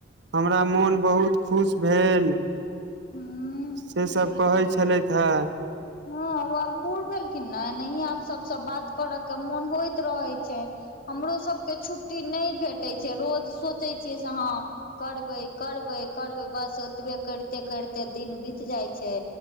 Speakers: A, on the right (about 65°); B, on the left (about 50°).
A: हमरा मोन बहुत खुश भेल
B: हूँ
A: से
B: देखियौ
A: सब कहै छलथि हे
B: हँ ओ आब बूढ़ भेलखिन ने ए आब सब सँ बात करय के मोन होइत रहै छै हमरो सभके छुट्टी नहि भेटैत छै रोज सोचै छियै से हँ करबै करबै करबै बस ओतबे करिते करिते दिन बीत जाइ छै